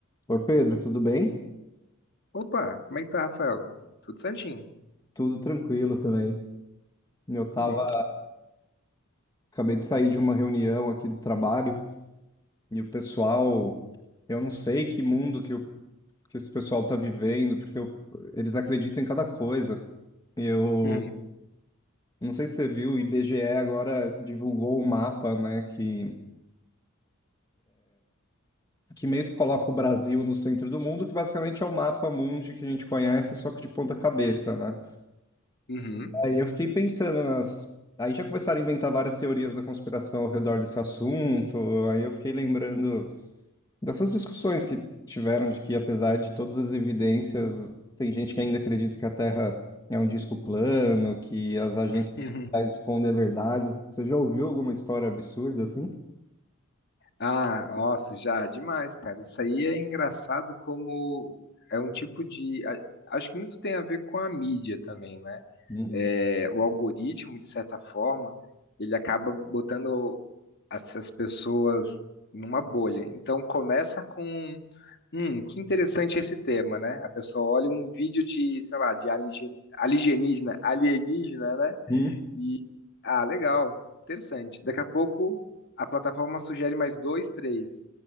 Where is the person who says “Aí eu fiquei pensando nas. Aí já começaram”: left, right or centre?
Left